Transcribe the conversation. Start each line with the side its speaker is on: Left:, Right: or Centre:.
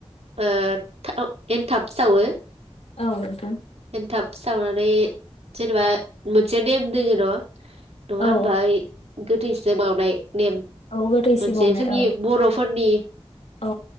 Right: ओ एन्थाब सावो,
Left: औ नोंथां।
Right: एन्थाब सावनानै जेनेबा मोनसे नेेम दोङो न? नङा
Left: औ
Right: होमबाय गोथैनोसो बावनाय नेम
Left: औ गोथै
Right: मोनसे
Left: सि बावनाय
Right: जोंनि
Left: औ
Right: बर'फोरनि
Left: औ